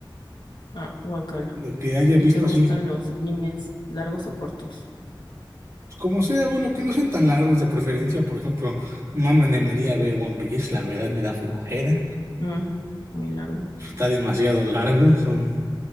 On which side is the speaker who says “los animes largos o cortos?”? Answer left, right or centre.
Left